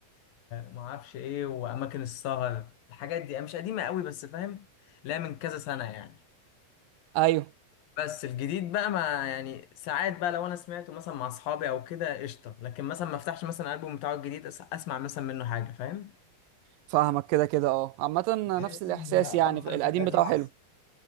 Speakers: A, on the left; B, on the right.
A: ما اعرفش ايه واماكن السهر الحاجات دي مش قديمه قوي بس فاهم لا من كذا سنه يعني
B: ايوه
A: بس الجديد بقى ما يعني ساعات بقى لو انا سمعته مثلا مع اصحابي او كده قشطه لكن مثلا ما افتحش مثلا الالبوم بتاعه الجديد أس- اسمع مثلا منه حاجه فاهم
B: فاهمك كده كده اه عامة
A: بحس
B: نفس الإحساس
A: ان افضل
B: يعني القديم
A: من القديم
B: بتاعه
A: احسن
B: حلو